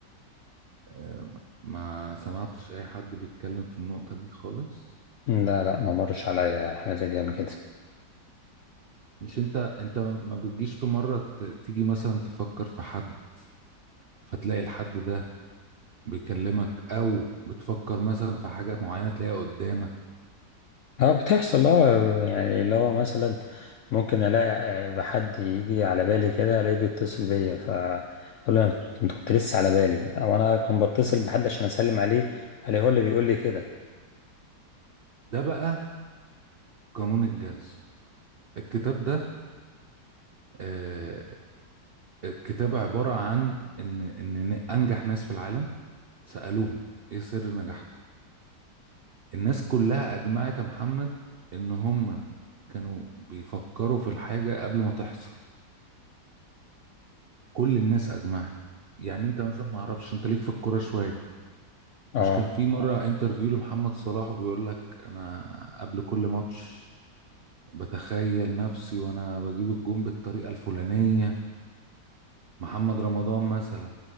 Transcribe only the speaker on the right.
آه ما سمعتش أي حد بيتكلم في النقطة دي خالص
مش أنت أنت ما بتجيش في مرة ت- تيجي مثلا تفكر في حد فتلاقي الحد ده بيكلمك او بتفكر مثلا في حاجات معينه تلاقيها قدامك
ده بقى قانون الجذب الكتاب ده آه الكتاب عباره عن ان ان إن انجح ناس في العالم سالوهم ايه سر نجاحكم الناس كلها اجمعت يا محمد ان هم كانوا بيفكروا في الحاجه قبل ما تحصل كل الناس اجمعت يعني انت مثلا ما اعرفش انت ليك في الكوره شويه
مش كان في مره انترفيو لمحمد صلاح وبيقول لك انا قبل كل ماتش بتخيل نفسي وانا بجيب الجون بالطريقة الفلانية محمد رمضان مثلا